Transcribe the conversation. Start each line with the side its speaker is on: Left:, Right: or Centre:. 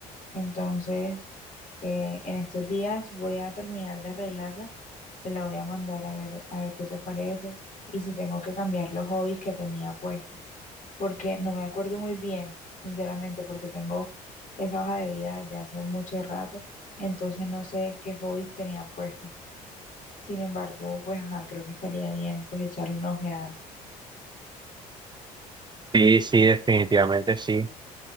Left: Entonces, eh, en estos días voy a terminar de arreglarla. Te la voy a mandar a ver, a ver qué te parece y si tengo que cambiar los hobbies que tenía puestos. Porque no me acuerdo muy bien, sinceramente, porque tengo esa hoja de vida desde hace mucho rato. Entonces no sé qué hobbies tenía puestos. Sin embargo, pues ajá, creo que estaría bien pues echarle una ojeada.
Right: Sí, sí, definitivamente sí.